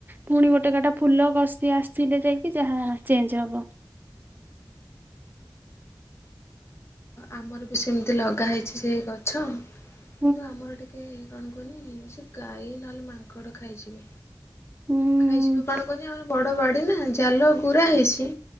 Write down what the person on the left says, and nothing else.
ଆମର ବି ସେମିତି ଲଗା ହେଇଚି ସେଇ ଗଛ
କିନ୍ତୁ ଆମର ଟିକେ କଣ କହୁନି ସେ ଗାଈ ନହେଲେ ମାଙ୍କଡ ଖାଇଯିବେ
ଖାଇଯିବେ କଣ କହୁନି ଆ ବଡ଼ ବାଡ଼ିନା ଜାଲ ଗୁୁରା ହେଇଚି